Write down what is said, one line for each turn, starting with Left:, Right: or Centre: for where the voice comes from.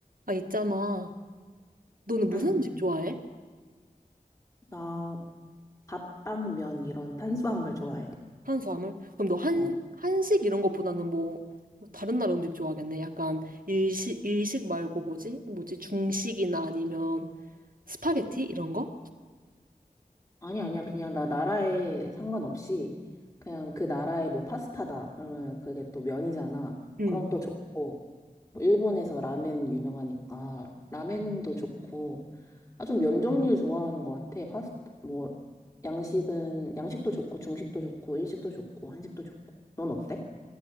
Right: 아, 있잖아. 너는 무슨
Left: 응,
Right: 음식 좋아해?
Left: 나 밥빵, 면 이런 탄수화물 좋아해.
Right: 한수화물? 그럼 너 한,
Left: 어,
Right: 한식 이런 것보다는 뭐, 뭐 다른 나라 음식 좋아하겠네. 약간 일식, 일식 말고 뭐지? 뭐지? 중식이나 아니면 스파게티? 이런 거?
Left: 아니, 아니야. 그냥 나 나라에 상관없이 그냥 그 나라의 뭐 파스타다. 그러면 그게 또 면이잖아.
Right: 응.
Left: 그럼 또 좋고. 뭐 일본에서 라멘 유명하니까 라멘도 좋고. 아, 좀 면 종류 좋아하는 것 같아. 파스타, 뭐, 양식은, 양식도 좋고, 중식도 좋고, 일식도 좋고, 한식도 좋고. 넌 어때?